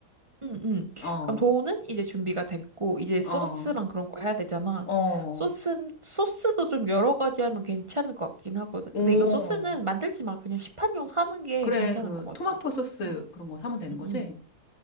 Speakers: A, on the right; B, on the left.
A: 응, 응.
B: 어,
A: 그럼 도우는 이제 준비가 됐고, 이제
B: 어.
A: 소스랑 그런 거 해야 되잖아.
B: 어,
A: 소스, 소스도 좀 여러 가지 하면 괜찮을 것 같긴 하거든.
B: 오.
A: 근데 이거 소스는 만들지 마. 그냥 시판용 하는 게
B: 그래,
A: 괜찮을
B: 그,
A: 것
B: 토마토
A: 같아.
B: 소스
A: 응.
B: 그런 거 사면 되는
A: 응,
B: 거지?
A: 응.